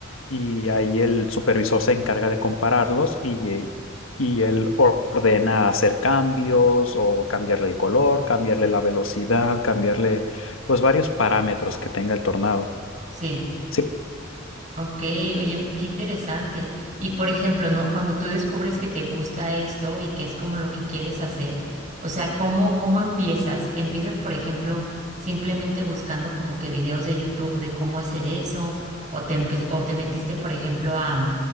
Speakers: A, on the left (about 75°); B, on the right (about 40°).
A: y ahí el supervisor se encarga de compararlos y, eh, y él or- ordena hacer cambios o cambiarle el color, cambiarle la velocidad, cambiarle pues varios parámetros que tenga el tornado.
B: Sí.
A: Sí,
B: Ok, oye, qué interesante. Y por ejemplo, ¿no? Cuando tú descubres que te gusta esto y que es como lo que quieres hacer, o sea, ¿cómo, cómo empiezas? ¿Empiezas, por ejemplo, simplemente buscando como que videos de YouTube de cómo hacer eso? ¿O te, empe- o te metiste, por ejemplo, a,